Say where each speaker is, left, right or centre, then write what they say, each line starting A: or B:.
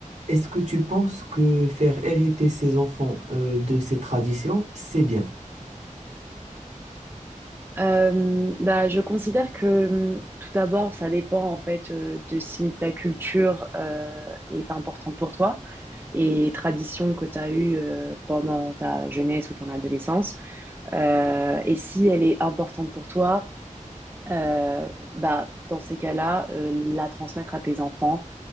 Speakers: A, on the right (about 60°); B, on the right (about 15°).
A: Est-ce que tu penses que faire hériter ses enfants euh, de ces traditions, c'est bien?
B: Euh, bah, je considère que hum, tout d'abord, ça dépend en fait euh, de si ta culture euh, est importante pour toi et tradition que tu as eue euh, pendant ta jeunesse ou ton adolescence. Euh, et si elle est importante pour toi, euh, bah, dans ces cas-là, euh, la transmettre à tes enfants